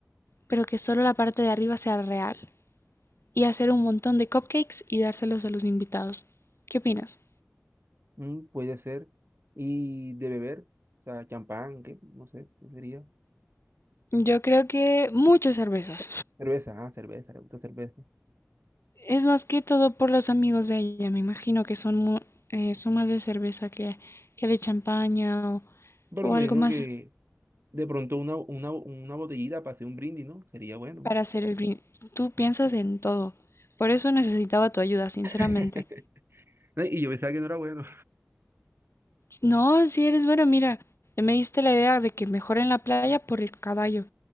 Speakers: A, on the left (about 60°); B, on the right (about 55°).
A: pero que solo la parte de arriba sea real, y hacer un montón de cupcakes y dárselos a los invitados. ¿Qué opinas?
B: Mm, puede ser. Y de beber, o sea, champán, ¿qué? No sé, ¿qué sería?
A: Yo creo que muchas cervezas.
B: Cerveza, ah, cerveza, le gusta cerveza.
A: Es más que todo por los amigos de ella. Me imagino que son, mu- eh, son más de cerveza que, que de champaña o,
B: Pero
A: o
B: me
A: algo
B: imagino
A: más
B: que de pronto una, una, una botellita para hacer un brindis, ¿no? Sería bueno,
A: para
B: ¿no?
A: hacer el brindis. Tú piensas en todo. Por eso necesitaba tu ayuda, sinceramente.
B: <laughs> Y yo pensaba que no era bueno.
A: No, si eres bueno, mira, te me diste la idea de que mejor en la playa por el caballo,